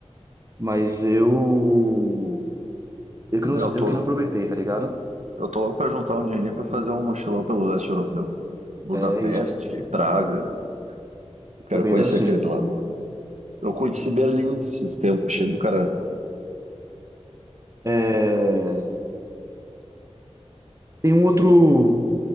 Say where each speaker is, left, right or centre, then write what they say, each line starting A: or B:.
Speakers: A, on the right; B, on the right.
A: mas eu... Eu que
B: Meu,
A: não,
B: Eu tô,
A: eu que não aproveitei, tá ligado?
B: eu tô louco pra juntar um dinheirinho pra fazer um mochilão pelo leste europeu. Budapeste,
A: É isso.
B: Praga. Eu quero
A: Também
B: conhecer
A: então, assim...
B: aqueles lados lá. Eu conheci Berlim esses tempos, cheio do cara
A: É... Tem um outro...